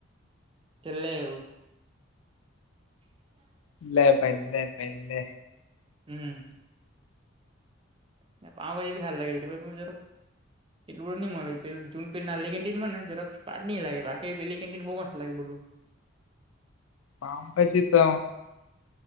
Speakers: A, on the right; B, on the left.
A: છેલ્લે એવું. <inaudible>
B: લે ભાઈ લે કઈ રીતે.
A: હમ્મ. ને પાઉ ભાઈ એ <unintelligible> તો એટલું બધું નહી મળે પહેલું દૂર પેલુ નળી કેન્ટીન મને જક્ટ સ્વાદની લાગે બાકી પેલી કેન્ટીન બહુ મસ્ત લાગે બધું.
B: પાવભાજી તો